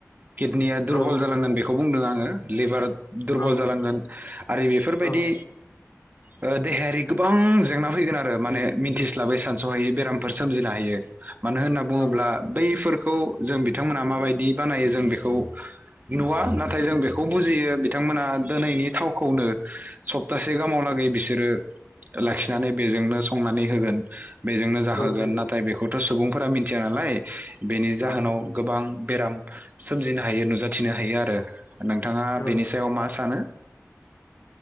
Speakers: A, on the right; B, on the left.
A: किदनिया दुरबल
B: औ
A: जालांगोन बेख खौ बुंदों आङो लेबार दुरबल
B: औ
A: जालांगोन आरो बेफोरबायदि
B: औ
A: ओ देहायारि गोबां जेंना फैगोन आरो माने मिन्थिस्लाबै सानसहायै बेरामफोर सोमजिनो हायो मानो होनना बुङोब्ला
B: औ
A: बैफोर खौ जों बिथांमोना माबायदि बानायो जों बेखौ नुवा नाथाय जों बेखौ बुजियो बिथांमोना दिनैनि थावखौनो सफ थासे गाहामावलागै बिसोरो लाखिनानै बेजोंनो संनानै होगोन बेजोंनो जाहोगोन
B: होयो
A: नाथ बेखौथ' सुबुंफोरा मिथिया नालाय बेनि
B: होयो
A: जाहोनाव गोबां बेराम सोमजिनो हायो नुजाथिनो हायो आरो नोंथाङा
B: औ
A: बेनि सायाव मा सानो